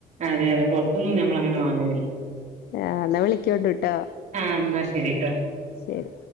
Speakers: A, on the right; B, on the left.
A: അതെ അതെ പൊറ്ത്ത് ന്നൊന്നും ഞമ്മൾ അങ്ങനെ വാങ്ങലില്ല
B: ഏ ഇന്നാ വിളിക്കോണ്ട്ട്ടോ
A: ആഹ് ന്നാ ശരിട്ടോ
B: ശരി